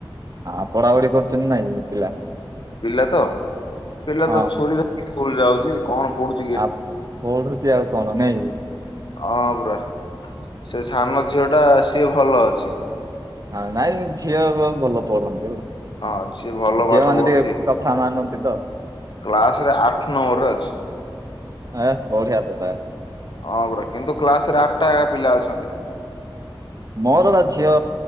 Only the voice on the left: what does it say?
ପିଲା ତ ପିଲା
ତ ଛୁରୀ ଧ ସ୍କୁଲ ଯାଉଛି କଣ ପଡୁଛି।
ହଁ ପୁରା ସେ ସାନ ଝିଅ ଟା ସିଏ ଭଲ ଅଛି।
ହଁ ସିଏ ଭଲ ପାଠ
ପଢୁଛି।
କ୍ଲାସ ରେ ଆଠ ନମ୍ବରରେ ଅଛି।
ହଁ ପରା କିନ୍ତୁ କ୍ଲାସ ରେ ଆଠଟା ଏକା ପିଲା ଅଛନ୍ତି।